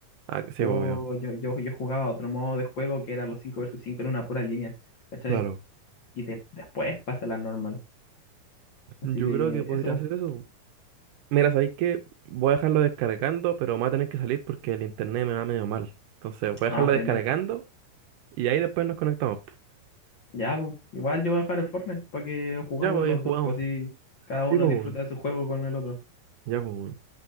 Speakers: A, on the right; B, on the left.
A: Ah, que sí,
B: Yo,
A: pues, obvio.
B: yo, yo, yo jugaba otro modo de juego que era los 5 versus 5 en una pura línea, ¿cachai?
A: Claro.
B: Y de- después pasa la normal. Así
A: Yo
B: que
A: creo que podría
B: eso,
A: hacer eso. Mira, sabéis que voy a dejarlo descargando, pero me va a tener que salir porque el internet me va medio mal. Entonces voy a
B: ah,
A: dejarlo
B: sí,
A: descargando
B: tranqui.
A: y ahí después nos conectamos.
B: Ya, pues, igual yo voy a dejar el Fortnite para que jugamos
A: Ya, pues
B: los
A: ahí jugamos.
B: dos, pues así cada uno
A: Sí, pues,
B: disfruta
A: weón.
B: de su juego con el otro.
A: Ya, pues, weón.